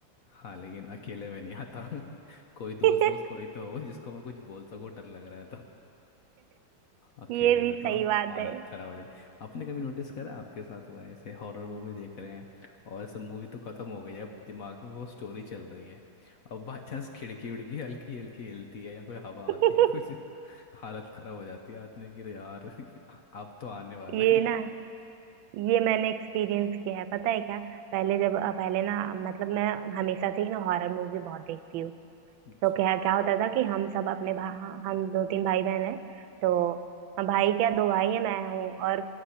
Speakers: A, on the left; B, on the right.
A: हाँ लेकिन अकेले में नहीं आता <laughs> कोई दोस्त
B: <laughs>
A: वोस्त कोई तो हो जिसको मैं कुछ बोल सकूँ डर लग रहा है तो अकेले
B: ये भी
A: में तो
B: सही बात
A: हालत
B: है
A: खराब हो जाती आपने कभी नोटिस करा आपके साथ हुआ है ऐसे हॉरर मूवी देख रहे हैं और ऐसे मूवी तो खत्म हो गई है अब दिमाग में वो स्टोरी चल रही है अब बाई चांस खिड़की उड़की हल्की हल्की हिलती है या कोई हवा
B: <laughs>
A: आती है कुछ हालत खराब हो जाती है आदमी की अरे यार <laughs> अब तो आने वाला
B: ये
A: ही
B: ना
A: <laughs>
B: ये मैंने एक्सपीरियंस किया है पता है क्या पहले जब पहले ना मतलब मैं हमेशा से ही ना हॉरर मूवी बहुत देखती हूँ
A: अच्छा
B: तो क्या क्या होता था कि हम सब अपने भा, हाँ, हम दो तीन भाई बहन हैं तो हम भाई क्या दो भाई हैं मैं हूँ और